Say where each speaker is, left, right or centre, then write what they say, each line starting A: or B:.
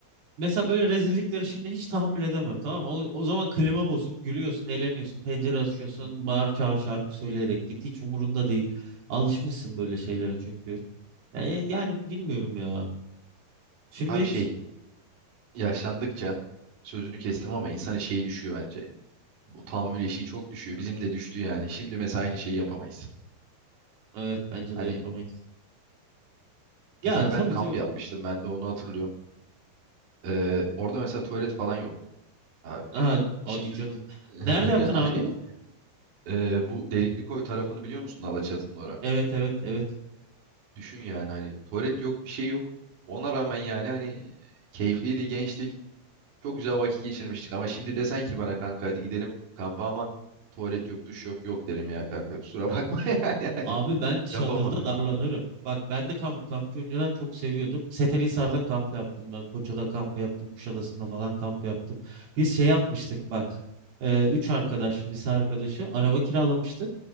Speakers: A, on the right (about 65°); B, on the right (about 45°).
A: Mesela böyle rezillikleri şimdi hiç tahammül edemem tamam mı? O, o zaman klima bozuk gülüyorsun eğleniyorsun pencere açıyorsun
B: hı,
A: bağır çağır şarkı söyleyerek git hiç umurunda değil. Alışmışsın böyle şeylere çünkü. Yani, yani bilmiyorum ya. Şimdi
B: abi
A: hiç
B: şey yaşlandıkça sözünü kestim ama insanın şeyi düşüyor bence. Bu tahammül eşiği çok düşüyor. Bizim de düştü yani. Şimdi mesela aynı şeyi yapamayız.
A: evet bence
B: Hani
A: de yapamayız. Ya
B: mesela
A: tabii
B: ben kamp
A: diyorum.
B: yapmıştım. Ben de onu hatırlıyorum. Ee, orada mesela tuvalet falan yoktu abi.
A: Ha, hadi
B: Şimdi
A: canım.
B: <laughs>
A: Nerede yaptın
B: hani
A: abi?
B: Ee, bu delikli koy tarafını biliyor musun Alaçatı'nın ora?
A: Evet evet evet.
B: Düşün yani hani tuvalet yok bir şey yok. Ona rağmen yani hani keyifliydi gençtik. Çok güzel vakit geçirmiştik ama şimdi desen ki bana kanka hadi gidelim kampa ama tuvalet yok duş yok yok derim ya kanka kusura bakma <laughs> yani hani
A: Abi ben çadırda
B: yapamam ben.
A: darlanırım. Bak ben de kamp kampı önceden çok seviyordum. Seferihisar'da kamp yaptım ben. Foça'da kamp yaptım. Kuşadası'nda falan kamp yaptım. Biz şey yapmıştık bak. E, üç arkadaş, lise arkadaşı araba kiralamıştık.